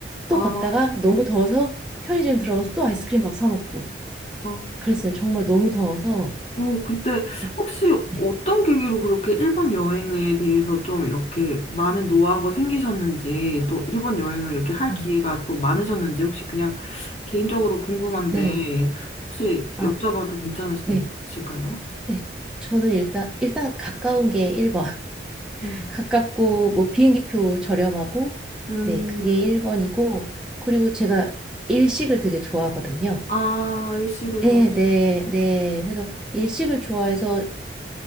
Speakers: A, on the left; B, in the centre.
A: 아,
B: 또 걷다가 너무 더워서 편의점 들어가서 또 아이스크림 막 사 먹고
A: 어,
B: 그랬어요. 정말 너무 더워서.
A: 오, 근데
B: 어,
A: 혹시
B: 네.
A: 어떤 계기로 그렇게 일본 여행에 대해서 좀 이렇게 많은 노하우가 생기셨는지, 또 일본 여행을 이렇게 할
B: 아,
A: 기회가 또 많으셨는지, 혹시 그냥 개인적으로 궁금한데,
B: 네.
A: 혹시
B: 아,
A: 여쭤봐도 괜찮으실까요?
B: 네. 네. 저는 일단 일단 가까운 게 1번. <laughs>
A: 음.
B: 가깝고 뭐 비행기표 저렴하고
A: 음,
B: 네, 그게 1번이고 그리고 제가 일식을 되게 좋아하거든요.
A: 아, 일식을
B: 네,
A: 좋아하죠.
B: 네, 네. 그래서 일식을 좋아해서